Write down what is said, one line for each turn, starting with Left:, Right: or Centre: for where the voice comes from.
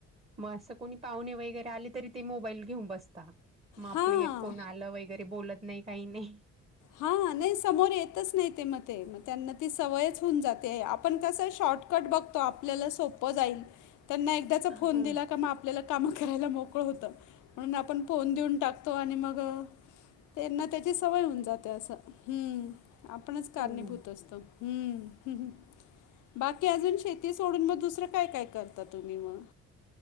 Right: मग असं कोणी पाहुणे वगैरे आले तरी ते मोबाईल घेऊन बसता म
Left: हां
Right: आपली एक कोण आलं वगैरे बोलत नाही काही नाही.
Left: हा नाही समोर येतच नाही ते मग ते मग त्यांना ती सवयच होऊन जाते आपण कसं शॉर्ट कट बघतो आपल्याला सोप जाईल, त्यांना एकदाचा
Right: हा
Left: फोन
Right: हो.
Left: दिला का आप पल्याला कामं करायला मोकळं होतं. म्हणून आपण फोन देऊन टाकतो आणि मग त्यांना त्याची सवय होऊन जाते असं हम्म आपणच
Right: हो.
Left: कारणीभूत असतो. हम्म, बाकी अजून शेती सोडून मग दुसरं काय काय कर ता तुम्ही मग?